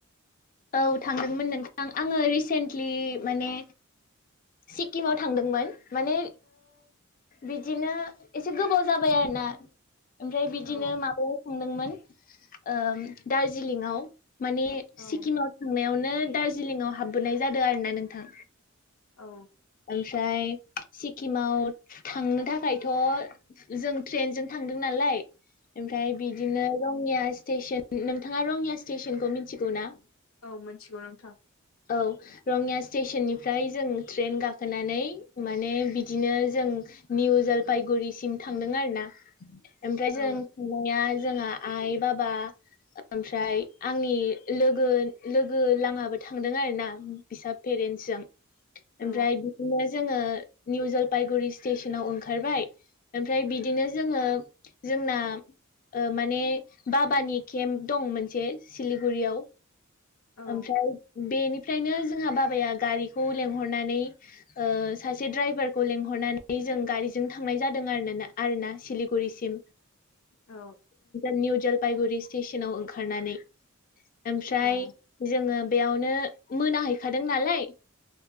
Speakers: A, on the left (about 40°); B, on the left (about 80°).
A: औ थांदोंमोन नोंथां आङो रिसेन्टलि माने सिक्किमाव थांदोंमोन माने बिदिनो एसे गोबाव जाबाय आरो ना ओमफ्राय बिदिनो
B: औ
A: माबायाव थांदोंमोन दार्जिलिंआव माने
B: औ
A: सिक्किमाव थांनायावनो दार्जिलिंआव हाबबोनाय जादों आर ना नोंथां।
B: औ
A: ओमफ्राय सिक्किमाव थांनो थाखायथ' जों ट्रेनजों थांदों नालाय ओमफ्राय बिदिनो रंङिया स्टेसन नोंथाङा रङिया स्टेसनखौ मिथिगौ ना?
B: औ मिथिगौ नोंथां।
A: औ रङिया स्टेसननिफ्राय जों ट्रेन गाखो होनानै माने बिदिनो जों निउ जलफायगुरिसिम थांदों आर ना ओमफ्राय
B: औ
A: जों थांनाया जोंहा आइ, बाबा ओमफ्राय आंनि लोगो -लोगो लाहाबो थांदों आरी ना फिसा पेरेन्टस जों ओमफ्राय
B: औ
A: बिदिनो जोङो निउ जलफाइगुरि स्टेसनाव ओंखारबाय ओमफ्राय बिदिनो जोङो जोंना माने बाबानि केम्प दं मोनसे सिलिगुरियाव
B: औ
A: ओमफ्राय बेनिफ्रायनो जोंहा बाबाया गारिखौ लेंंहरनानै सासे दड्राइभारखौ लिंहरनानै जों गारिजों थांनाय जादों आरो आर ना सिलिगुरिसिम।
B: औ
A: निउ जलफायगुरि स्टेसनाव ओंखारनानै ओमफ्राय
B: औ
A: जोङो बेयावनो मोनाहैखादों नालाय